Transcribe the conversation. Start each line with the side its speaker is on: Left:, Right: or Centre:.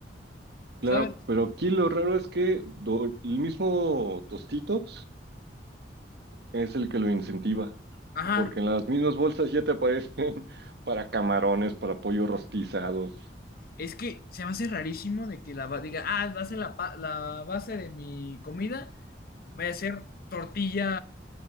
Right: Claro,
Left: ¿sabes?
Right: pero aquí lo raro es que do- el mismo tostito es el que lo incentiva,
Left: Ajá,
Right: porque en las mismas bolsas ya te aparecen <laughs> para camarones, para pollo rostizado.
Left: es que se me hace rarísimo de que la ba- diga, ah, va a ser la, pa- la base de mi comida, vaya a ser tortilla,